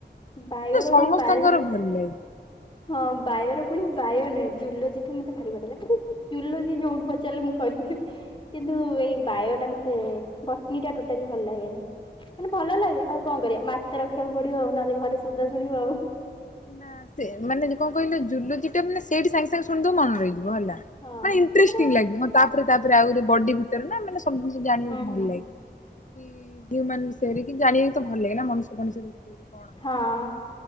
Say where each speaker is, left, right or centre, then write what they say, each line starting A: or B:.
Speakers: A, on the left; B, on the left.
A: ବାୟୋର
B: ସେଟା ସମସ୍ତଙ୍କର
A: ପୁଣି ପାଲ
B: ଭଲ ଲାଗେ।
A: ହଁ ବାୟୋର ପୁଣି ବାୟୋ ନୁହେଁ ଜୁଲୋଜି ଠୁ ମତେ ଭାରି ବଢେଇଲା କି ଜୁଲୋଜି ଯୋଉଠୁ ପଚାରିଲେ ମୁଁ କହିବି। କିନ୍ତୁ ଏଇ ବାୟୋ ଟା ମତେ ବଟନୀ ଟା ଟୋଟାଲି ଭଲ ଲାଗେନି। ମାନେ ଭଲ ଲାଗେ ଆଉ କଣ କରିବା ମାର୍କ ତ ରଖିବାକୁ ପଡିବ ଆଉ ନହେଲେ ଘରେ ଶୋଦା ଶୁଣିବ ଆଉ।
B: ନା ସେ ମାନେ କଣ କହିଲ ଜୁଲୋଜିଟା ମାନେ ସେଠି ସାଙ୍ଗେ ସାଙ୍ଗେ ଶୁଣିଦବ ମନେ ରହିଯିବ ହେଲା।
A: ହଁ
B: ମାନେ ଇଣ୍ଟ୍ରେଷ୍ଟିଂ
A: ସେଟା କଣ
B: ଲାଗେ ହଁ ତାପରେ ତାପରେ ଆଉ ବଡି ଭିତରେ ନା ମାନେ ସବୁ ଜିନିଷ ଜାଣିବାକୁ ଭଲ
A: ହୁଁ ହୁଁ
B: ଲାଗେ। ହ୍ୟୁମାନ ବିଷୟରେ କି ଜାଣିବାକୁ ତ ଭଲ ଲାଗେ ନା ମଣିଷ ମଣିଷ ବିଷୟରେ କଣ ଅଛି
A: ହଁ